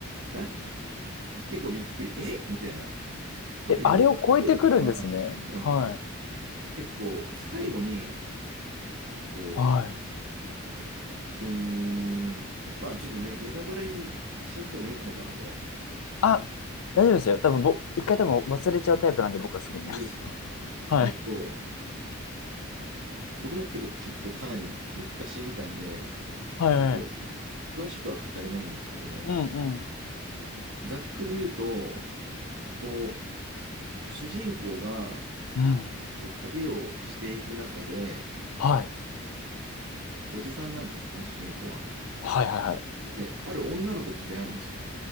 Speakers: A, on the right; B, on the left.
A: な結構びっくり。えみたいな。特にオールドボーイとかは、
B: え、あれを超えてくるんですね。
A: そうなんですよ。
B: はい。
A: 結構最後に、こ
B: はい。
A: う、うーん、まあちょっとね、ネタバレにしちゃってもいいのかな、これ。で
B: あ、
A: すかね
B: 大丈夫ですよ。多分ぼ、一回多分忘れちゃうタイプなんで、僕はすぐに。
A: あ、本当ですか
B: <laughs> はい。
A: えっと、僕もけど結構かなり昔見たんで、
B: はいはい。
A: ちょっと詳しくは語れないんですけど、
B: うんうん。
A: ざっくり言うと、こう、主人公が
B: うん。
A: 旅をしていく中で、
B: はい。
A: おじさんなんですね、主人公は。
B: はいはいはい。
A: で、ある女の子と出会うんですよ。